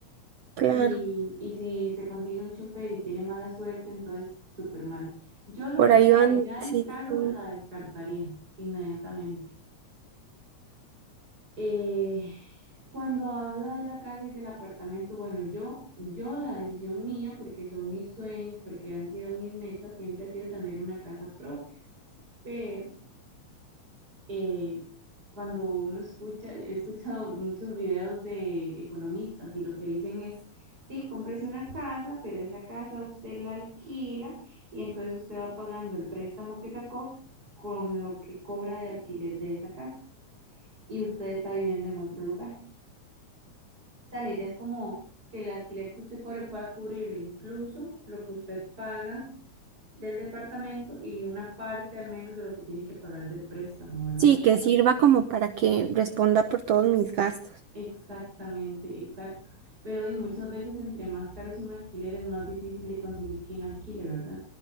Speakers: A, on the right (about 65°); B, on the right (about 30°).
A: Claro,
B: Y, y si se consigue un chofer y tiene mala suerte, entonces súper mal. Yo lo
A: por
B: del-
A: ahí
B: la
A: van,
B: idea
A: sí,
B: del carro
A: sí,
B: la descartaría inmediatamente. Eh, Cuando habla de la casa y del apartamento, bueno, yo, yo la decisión mía, porque son mis sueños, porque han sido mis metas, siempre ha sido tener una casa propia. Pero eh, cuando uno escucha, he escuchado muchos videos de economistas y lo que dicen es, sí, cómprese una casa, pero esa casa usted la alquila y entonces usted va pagando el préstamo que sacó con lo que cobra de alquiler de esa casa y usted está viviendo en otro lugar. O sea, la idea es como que el alquiler que usted cobre pueda cubrirle incluso lo que usted paga del departamento y una parte al menos de lo que tiene que pagar del préstamo, ¿verdad?
A: sí, que sirva como para que responda por todos mis gastos.
B: Exactamente, exacto. Pero y muchas veces entre más caro es un alquiler, es más difícil de conseguir quien alquile, ¿verdad?